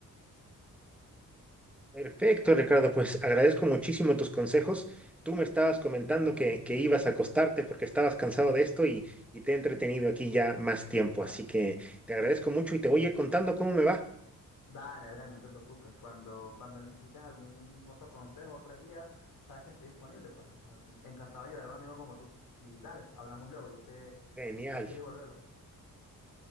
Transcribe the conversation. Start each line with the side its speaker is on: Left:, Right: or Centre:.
Centre: Perfecto, Ricardo. Pues agradezco muchísimo tus consejos. Tú me estabas comentando que, que ibas a acostarte porque estabas cansado de esto y, y te he entretenido aquí ya más tiempo.
Left: <laughs>
Centre: Así que te agradezco mucho y te voy a ir contando cómo me va.
Left: Dale, Adrián, no te preocupes. Cuando, cuando necesites algún otro consejo, otra guía, sabes que estoy disponible, pues. o sea, encantado de ayudar a un amigo como tú. Y dale, hablamos luego, yo te,
Centre: Genial.
Left: te escribo luego.